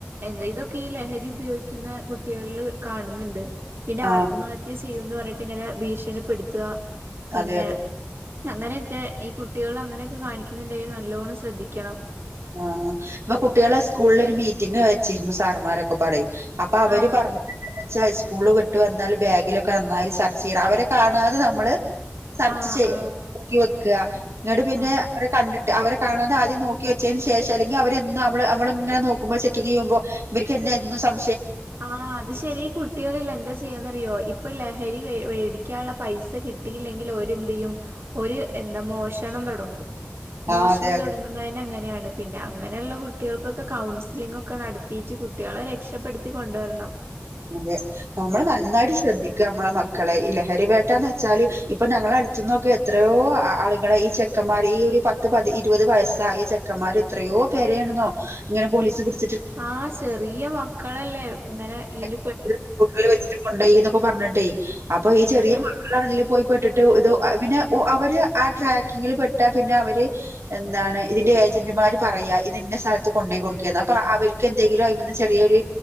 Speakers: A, on the right (about 60°); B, on the right (about 80°).
A: എന്താ ഇതൊക്കെ ഈ ലഹരി ഉപയോഗിക്കുന്ന കുട്ടികളില് കാണുന്നുണ്ട്. പിന്നെ
B: ആ
A: ആത്മഹത്യ ചെയുന്ന്പറഞ്ഞിട്ട് ഇങ്ങനെ ഭീഷണിപ്പെടുത്തുക പിന്നെ
B: അതെ അതെ
A: അങ്ങനെക്കെ ഈ കുട്ടികളൾ അങ്ങനെയൊക്കെ കാണിക്കുന്നുണ്ടെങ്കിൽ നല്ലോണം ശ്രദ്ധിക്കണം
B: ആ പ്പ കുട്ടികളെ സ്കൂളിലൊ രു മീറ്റിംഗ് വെച്ചിരുന്നു സാർമാരൊക്കെ പാടെ അപ്പൊ അവര്
A: ആഹ്
B: പറഞ്ഞാ ച്ചാ സ്കൂള് വിട്ട് വന്നാല് ബാഗിലൊക്കെ നന്നായിസെർച്ച് ചെയ്യണം അവരെ കാണാതെ നമ്മള് സെർച്ച്
A: ആഹ്
B: ചെയ്തോക്കി
A: ആഹ്
B: വെക്ക ന്നട്ട് പിന്നെ
A: ആഹ്
B: അവരെ കണ്ടിട്ട് അവരെ കാണാതെ ആദ്യ നോക്ക്യ ശേഷം അല്ലെങ്കിൽ അവര് അവള് ഇങ്ങനെ നോക്കുമ്പോ ചെക്കിങ് ചെയ്യുമ്പോ ഇവർക്ക് എന്നെ എന്നും സം
A: ആ അത് ശരി ഈ കുട്ടികളില്ലേഎന്താ ചെയ്യാന്ന്റിയോ ഇപ്പൊ ഇപ്പൊ ലഹരി വേടിക്കാള്ള പൈസ കിട്ടിയില്ലെങ്കിൽ ഒര്എന്തയും ഓര് എന്താ മോഷണം തുടങ്ങും മോഷണം
B: ആഹ് അതെ
A: തുടങ്ങുന്നതിനങ്ങ നെണ്പിന്നെ അങ്ങനെയുള്ള കുട്ടികൾക്കൊക്കെ കൗൺസിലി ഒക്കെ നടത്തിട്ട് കുട്ടികളെ രക്ഷപ്പെടു ത്തി കൊണ്ടുവരണം
B: അതെ നമ്മള് നന്നായിട്ട് ശ്രദ്ധിക്ക് നമ്മളെ മക്ക ക്കളെ ഇ ലഹരി വേട്ടന്ന് വെച്ചാല് ഇപ്പൊ ഞങ്ങള അടുത്തന്നൊക്കെ എത്രയോ ആളുകളെ ഈ ചെക്കന്മാർ ഈ ഒരു പത്ത് പ ഇരുപത് വയസായ ചെക്കന്മാർ എത്രയോ പേരണെന്നോ ഇങ്ങനെ പോലീസ് പിടി
A: ആ ചെറിയ മക്കളല്ലേ ഇങ്ങനെ ഈൽ
B: <unintelligible> വെച്ചി <unintelligible> ന്നൊക്കെ പറഞ്ഞിട്ടേ അപ്പൊ ഈ
A: അതന്നെ
B: ചെറിയ മക്കളാണെങ്കിൽ ഇതിൽ പോയിപ്പെട്ടിട്ട് ഇത് പിന്നെ അവര് ആ ട്രാക്കിങ്ങിൽ പെട്ടാ പിന്നെ അവര് എന്താണ് ഇതിന്റെ ഏജന്റുമാര് പറയാ ഇത് ഇന്ന സ്ഥലത്ത് കൊണ്ടു പോയി കൊടുക്കുക അപ്പൊ അവർക്ക് എന്തെങ്കിലും അയ്മെന്നൊരു ചെറിയൊരു